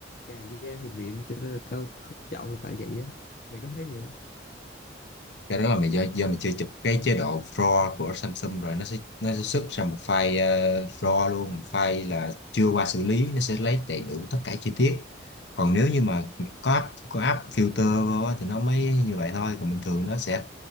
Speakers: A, on the left; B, on the left.
A: cà da thì mịn cho nên là tao không chọn là tại vậy á mày có thấy vậy không
B: cái đó là mày do do mày chưa chụp cái chế độ RAW của Samsung rồi nó sẽ nó sẽ xuất ra một file ờ, RAW luôn một file là chưa qua xử lý nó sẽ lấy đầy đủ tất cả chi tiết còn nếu như mà có app có app filter vô á thì nó mới như vậy thôi còn bình thường nó sẽ